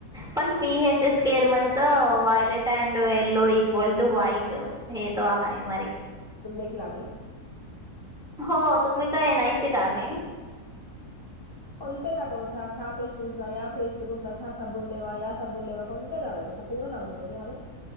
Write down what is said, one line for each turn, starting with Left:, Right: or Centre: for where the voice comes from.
Centre: पण बी एच स्केल म्हणे तर violet and yellow equal to white हे तो हाय मारे
Left: तुब्देख लागलं?
Centre: हो तुम्ही काय नाहीसे का काय
Left: कोणते दाखवता ह्या पेस्ट घुसा या पेस्ट घुसात ह्या सबू लेवा या साबण लेवा कोणते दाखवता पुरा नाम होतो का